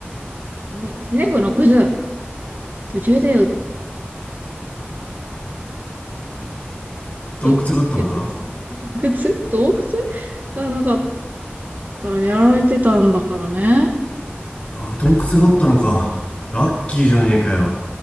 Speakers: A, on the right; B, on the left.
A: ね、シネコの靴、途中でよ、
B: 洞窟があったのか
A: と、靴、靴、洞窟がなかったらやられてたんだからね。
B: あ、洞窟があったのか。ラッキーじゃねえかよ。